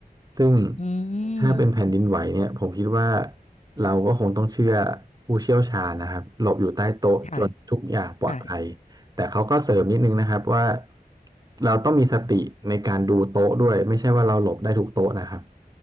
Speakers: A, on the right; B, on the left.
A: ซึ่ง
B: อื
A: ถ้าเป็นแผ่นดินไหวเนี่ยผมคิดว่า
B: ม
A: เราก็คงต้องเชื่อผู้เชี่ยวชาญนะครับหลบอยู่ใต้โต๊ะจนทุกอย่างปลอดภัย
B: ค่ะค่ะ
A: แต่เขาก็เสริมนิดนึงนะครับว่าเราต้องมีสติในการดูโต๊ะด้วยไม่ใช่ว่าเราหลบได้ทุกโต๊ะนะครับ